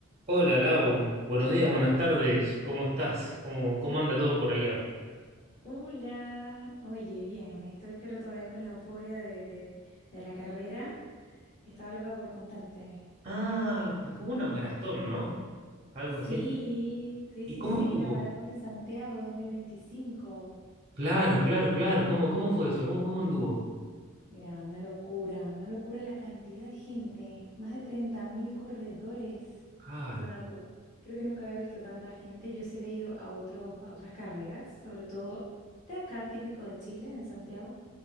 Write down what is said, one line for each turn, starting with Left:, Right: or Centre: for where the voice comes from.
Right: Hola Lau, buenos días, buenas tardes, ¿cómo estás? ¿Cómo, cómo anda todo por allá?
Left: Hola, oye, bien, estoy pero todavía con la euforia de, de, de la carrera, que estaba loca por contarte.
Right: Ah, porque hubo una maratón, ¿no? Algo
Left: Sí,
Right: así.
Left: sí,
Right: ¿Y
Left: sí,
Right: cómo
Left: sí,
Right: estuvo?
Left: la Maratón de Santiago 2025.
Right: Claro, claro, claro, ¿cómo, cómo fue eso? ¿Cómo, cómo anduvo?
Left: Mira, una locura, una locura la cantidad de gente, más de treinta mil corredores,
Right: Ah,
Left: o sea, una locura. Creo que nunca había visto tanta gente, yo se había ido a, otros, a otras carreras, sobre todo de acá, típico de Chile, en Santiago,